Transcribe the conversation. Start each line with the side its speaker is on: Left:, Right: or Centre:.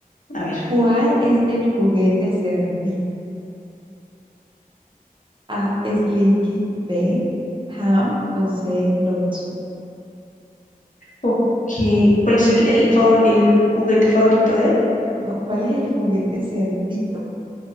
Left: A ver,
Right: ¿Cuál es el juguete cerdito? A, Slinky, B, Ham o C, Lotso.
Left: ok, ¿cuál es el, el, favor- el juguete favorito de?
Right: No, ¿cuál es el juguete cerdito?